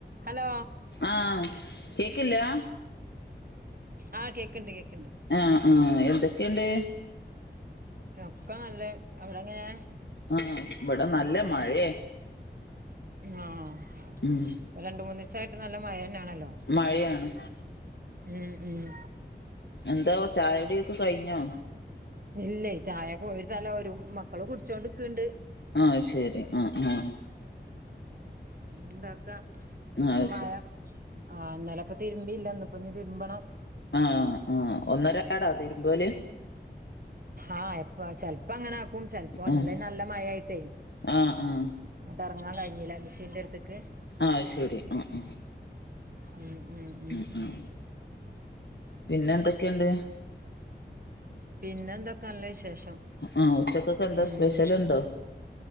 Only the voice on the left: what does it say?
ആഹ് കേക്കില്ലാ
ആഹ് ആഹ് എന്തൊക്കെണ്ട്
ആഹ് ഇബ്ടെ നല്ല മഴേ
ഉം
മഴയാണ്
എന്താ ചായടിയൊക്കെ കഴിഞ്ഞോ
ആഹ് ശരി ആ ആഹ്
ആഹ്
ശരി
ആഹ് ആഹ് ഒന്നരാടാ തിരുമ്പല്
ആഹ്
ആഹ് ആഹ്
ആയ് ശരി ഉം ഉം
ഉം ഉം പിന്നെ എന്തൊക്കെയുണ്ട്
ആഹ് ഉച്ചക്കൊക്കെ എന്താ
സ്പെഷ്യൽ ഉണ്ടോ